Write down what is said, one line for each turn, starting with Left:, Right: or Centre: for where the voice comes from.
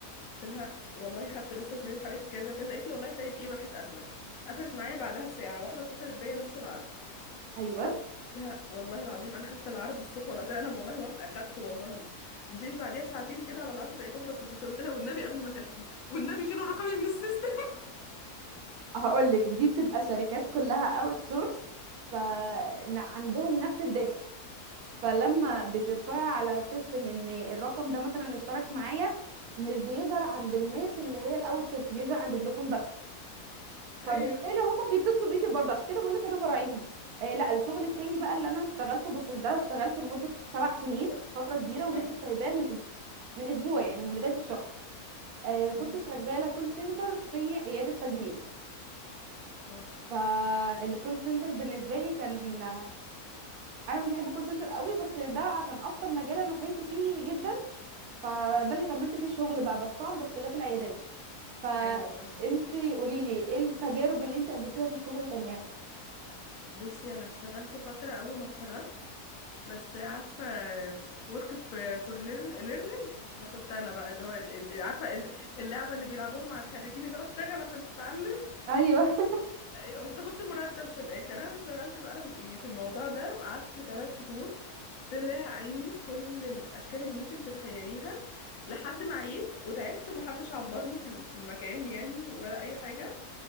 Left: قلت لها والله خدته لسه زميلي في حضرتك كذا كذا قالت لي والله طيب ايه وراحت قافلة قفلت معايا بعدها بساعة واحدة اتصلت بيا نفس العرض
Right: ايوه
Left: قلت لها والله العظيم انا خدت العرض الصبح ولا قلت لها انا والله موافقة خدته والله مفيش بعديها بساعتين كده على العصر لقيت واحدة بتتصل قلت لها والنبي قبل ما تحكي والنبي شيلوا رقمي من السيستم
Right: هقول لك دي بتبقى شركات كلها اوت سورس فعندهم نفس الداتا فلما بترفعي على سيستم ان الرقم ده مثلا اشترك معايا مش بيظهر عند الناس اللي هي الاوت سورس بيظهر عند فودافون بس
Left: <laughs>
Right: فبالتالي
Left: ايوه
Right: هما بيتصلوا بيكي برضه عشان كده بقول لك انا براعيهم آه لا الشغل التاني بقى اللي انا اشتغلته بس ده اشتغلته لمده سبع سنين فتره كبيره ولسه
Left: اه
Right: سايباه من أس... من اسبوع يعني من بدايه الشهر آه كنت
Left: أمم،
Right: شغاله كول سنتر في عياده تجميل
Left: اه
Right: فالكول سنتر بالنسبه لي كان انا مش بحب الكول سنتر قوي بس ده عشان اكتر مجال انا فهمت فيه جدا فده اللي كملت فيه الشغل بقى بس طبعا باختلاف العيادات فانت
Left: ايوه فاهمة
Right: قولي لي ايه التجارب اللي انت قابلتيها في الشغل تانية
Left: بصي انا اشتغلت فترة اول ما اتخرجت بس عارفة work f- for learn- learning أنا كنت أنا بقى اللي هو ال- عارفة ال- اللعبة اللي بيلعبوها مع الخريجين اللي هو اشتغل عشان تتعلم
Right: ايوه
Left: إيه، وما بتاخدش مرتب في الآخر أنا اشتغلت بقى ال- يعني في الموضوع ده وقعدت ثلاث شهور طلع عيني بكل الأشكال اللي ممكن تتخيليها لحد ما عيت وتعبت ومحدش عبرني في ال- في المكان يعني ولا أي حاجة